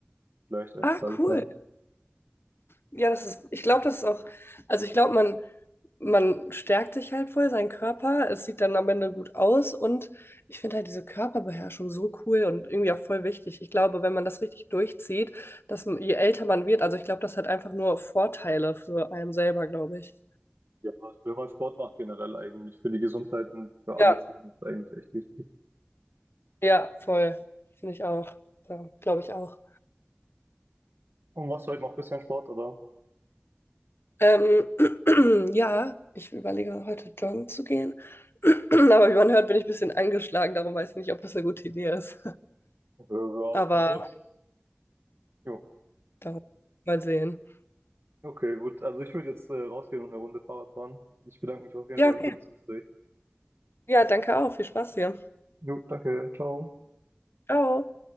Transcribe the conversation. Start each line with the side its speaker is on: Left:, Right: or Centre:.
Right: Vielleicht eines
Left: ah,
Right: Tages.
Left: cool.
Right: ja.
Left: Ja, das ist, ich glaube, das ist auch, also ich glaube, man, man stärkt sich halt voll, seinen Körper, es sieht dann am Ende gut aus und ich finde halt diese Körperbeherrschung so cool und irgendwie auch voll wichtig. Ich glaube, wenn man das richtig durchzieht, dass man- je älter man wird, also ich glaube, das hat einfach nur Vorteile für einen selber, glaube ich.
Right: Ja, wenn man Sport macht generell eigentlich für die Gesundheit und für
Left: Ja,
Right: alles ist es eigentlich echt wichtig.
Left: ja, voll. Finde ich auch. Ja, glaube ich auch.
Right: Und machst du heute noch ein bisschen Sport, oder?
Left: Ähm, <clears throat> ja, ich überlege heute joggen zu gehen. <clears throat> Aber wie man hört, bin ich ein bisschen angeschlagen, darum weiß ich nicht, ob das eine gute Idee ist.
Right: Ja, ja,
Left: Aber
Right: dann das. Jo.
Left: darum mal sehen.
Right: Okay, gut. Also ich würde jetzt äh, rausgehen und eine Runde Fahrrad fahren. Ich bedanke mich auf jeden
Left: Ja,
Right: Fall
Left: okay.
Right: für das Gespräch.
Left: Ja, danke auch. Viel Spaß hier.
Right: Jo, danke. Ciao.
Left: Ciao.